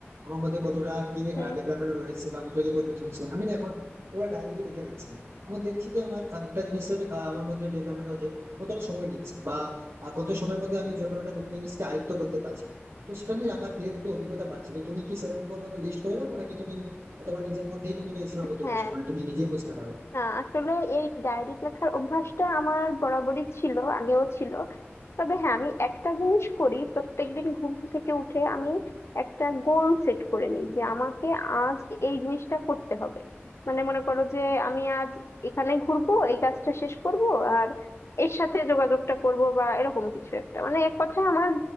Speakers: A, on the right (about 65°); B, on the left (about 75°).
A: আমার মধ্যে কতটা কি
B: হুম
A: ডেভেলপমেন্ট হয়েছে বা কতটা কি পরিবর্তন হয়েছে আমি না এখন পুরো ডায়েরিতে লিখে রাখছি আমি দেখছি যে আমার আহ, একটা জিনিসের আহ, আমার মধ্যে ডেভেলপমেন্ট হতে কতটা সময় নিচ্ছে বা আহ, কত সময়ের মধ্যে আমি যে কোনো একটা নতুন জিনিসকে আয়ত্ত করতে পারছি তো সেটা নিয়ে আমার ধীরে ধীরে একটু অভিজ্ঞতা বাড়ছে তো তুমি কি সেরকম কোনো লিস্ট করে রাখো নাকি তুমি তোমার নিজের মধ্যেই তুমি সীমাবদ্ধ
B: হ্যাঁ
A: আছো মানে তুমি নিজেই বুঝতে পারো
B: না আসলে এই ডায়েরি লেখার অভ্যাসটা আমার বরাবরই ছিল আগেও ছিল তবে হ্যাঁ আমি একটা জিনিস করি প্রত্যেকদিন ঘুম থেকে উঠে আমি একটা গোল সেট করে নিই যে আমাকে আজ এই জিনিসটা করতে হবে মানে মনে করো যে আমি আজ এখানে ঘুরবো এই কাজটা শেষ করব আর এর সাথে যোগাযোগটা করব বা এরকম কিছু একটা মানে এক কথায় আমার